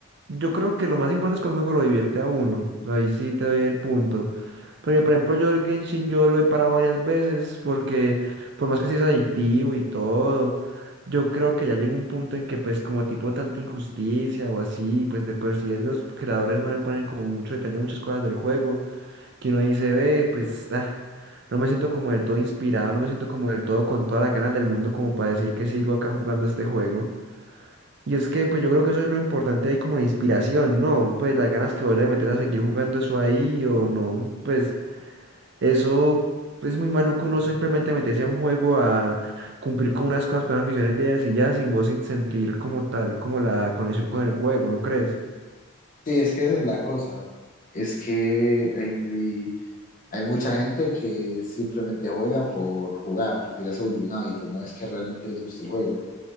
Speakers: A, on the right; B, on the left.
A: yo creo que lo más importante es que un juego lo divierte a uno. Ahí sí te doy el punto. Porque, por ejemplo, yo el Genshin yo lo he parado varias veces porque, por más que sí es adictivo y todo, yo creo que ya llega un punto en que, pues, como tipo tanta injusticia o así, pues, de por sí los creadores no le ponen como mucho detalle a muchas cosas del juego, que uno dice, ve, pues, ah, no me siento como del todo inspirado, no me siento como del todo con todas las ganas del mundo como para decir que sigo acá jugando este juego. Y es que, pues yo creo que eso es lo importante ahí como la inspiración, ¿no? Pues las ganas que vos le metes a seguir jugando eso ahí o no. Pues eso es muy maluco uno simplemente meterse a un juego a cumplir con unas cosas, con unas misiones de ellas y ya sin vos sin sentir como tal, como la conexión con el juego, ¿no crees?
B: Sí, es que esa es la cosa. Es que hay, hay mucha gente que simplemente juega por jugar, porque ya se volvió un hábito, no es que realmente les guste el juego.